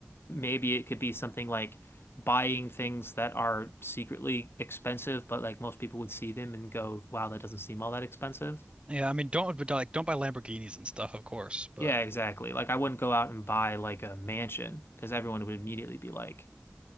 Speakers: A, on the left (about 65°); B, on the right (about 25°).
A: maybe it could be something like buying things that are secretly expensive, but like most people would see them and go, wow, that doesn't seem all that expensive.
B: Yeah, I mean, don't but like don't buy Lamborghinis and stuff, of course. But
A: Yeah, exactly. Like I wouldn't go out and buy like a mansion because everyone would immediately be like,